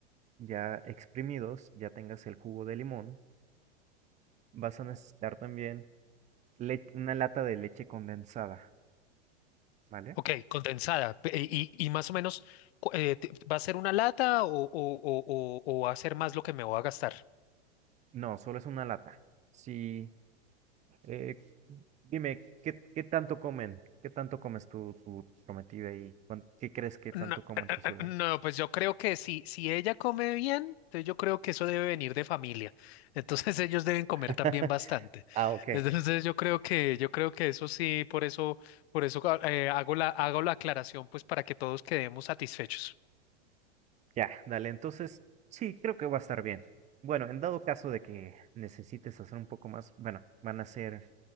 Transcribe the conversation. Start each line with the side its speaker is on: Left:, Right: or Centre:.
Right: ya exprimidos, ya tengas el jugo de limón, vas a necesitar también le- una lata de leche condensada, ¿vale?
Left: Ok, condensada. Pe- Y, y más o menos, cu- eh, te- ¿va a ser una lata o, o- o- o- o va a ser más lo que me voy a gastar?
Right: No, solo es una lata. Sí, eh, dime, ¿qué, qué tanto comen? ¿Qué tanto comes tu, tu prometida y cuán- qué crees que tanto
Left: No,
Right: comen
Left: eh,
Right: tus suegros?
Left: no, pues yo creo que si, si ella come bien, entonces yo creo que eso debe venir de familia. Entonces <laughs> ellos deben comer
Right: <laughs>
Left: también bastante.
Right: Ah, ok.
Left: Entonces yo creo que, yo creo que eso sí, por eso, por eso ah, eh, hago la, hago la aclaración, pues para que todos quedemos satisfechos.
Right: Ya, dale, entonces sí, creo que va a estar bien. Bueno, en dado caso de que necesites hacer un poco más, bueno, van a ser